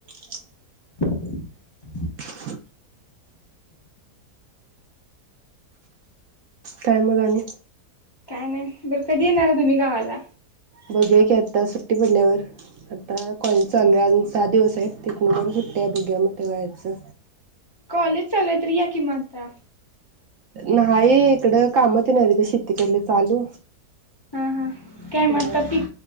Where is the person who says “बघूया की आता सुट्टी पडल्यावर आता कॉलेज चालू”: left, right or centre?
Right